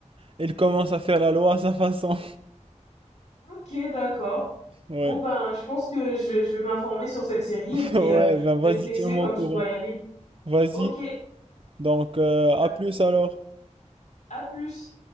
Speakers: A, on the right; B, on the left.
A: Il commence à faire la loi à sa façon.
B: Ok, d'accord.
A: <laughs> Ouais.
B: Bon, ben, je pense que je vais, je vais m'informer sur cette série
A: <laughs>
B: et puis euh,
A: Ouais, ben
B: je
A: vas-y,
B: vais te laisser
A: tiens-moi
B: comme
A: au courant.
B: tu dois y aller.
A: Vas-y.
B: Ok,
A: Donc, euh, à
B: à
A: plus alors.
B: à plus.